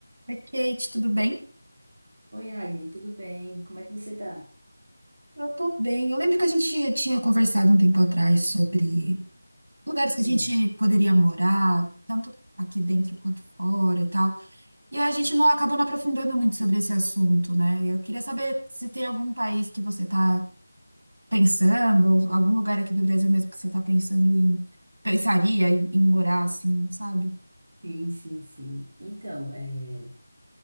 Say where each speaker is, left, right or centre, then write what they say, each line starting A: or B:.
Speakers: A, on the right (about 75°); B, on the right (about 30°).
A: Oi, Kate, tudo bem?
B: Oi, Agni, tudo bem? Como é que você tá?
A: Eu tô bem. Eu lembro que a gente tinha conversado um tempo atrás sobre lugares que
B: Hum,
A: a gente poderia morar, tanto aqui dentro quanto fora e tal. E aí a gente não acabou não aprofundando muito sobre esse assunto, né? Eu queria saber se tem algum país que você tá pensando, ou algum lugar aqui do Brasil mesmo que você tá pensando em, pensaria em, em morar, assim, sabe?
B: sim, sim, sim. Então, é,